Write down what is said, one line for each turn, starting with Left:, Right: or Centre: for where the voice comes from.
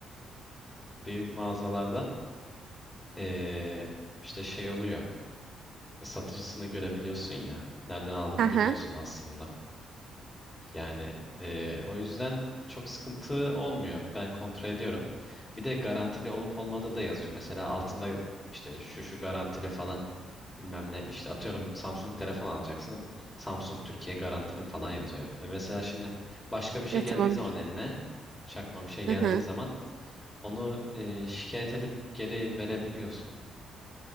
Left: büyük mağazalarda eee, işte şey oluyor. E, satıcısını görebiliyorsun ya. Nereden aldığını
Right: Hı hı.
Left: biliyorsun aslında. Yani eee, o yüzden çok sıkıntı olmuyor. Ben kontrol ediyorum. Bir de garantili olup olmadığı da yazıyor. Mesela altında işte şu şu garantili falan bilmem ne işte atıyorum Samsung telefon alacaksın. Samsung Türkiye garantili falan yazıyor. E mesela şimdi başka bir şey
Right: Ya
Left: geldiği
Right: tamam.
Left: zaman eline çakma bir şey geldiği
Right: <laughs>
Left: zaman onu eee, şikayet edip geri verebiliyorsun.